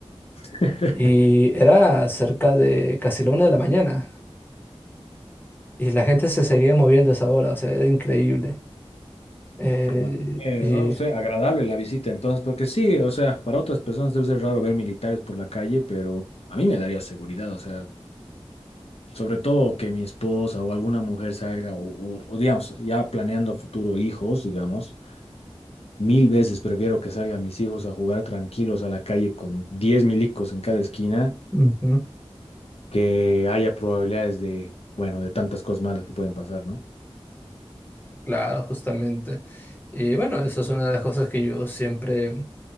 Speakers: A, on the left; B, on the left.
A: <laughs>
B: Y era cerca de casi la una de la mañana, y la gente se seguía moviendo a esa hora, o sea, era increíble. Eh,
A: Ah, eh,
B: y...
A: no sé, agradable la visita entonces, porque sí, o sea, para otras personas debe ser raro ver militares por la calle, pero a mí me daría seguridad, o sea, sobre todo que mi esposa o alguna mujer salga, o, o- o digamos, ya planeando a futuro hijos, digamos, mil veces prefiero que salgan mis hijos a jugar tranquilos a la calle con 10 milicos en cada esquina,
B: ujú.
A: que haya probabilidades de, bueno, de tantas cosas malas que pueden pasar, ¿no?
B: Claro, justamente. Y bueno, eso es una de las cosas que yo siempre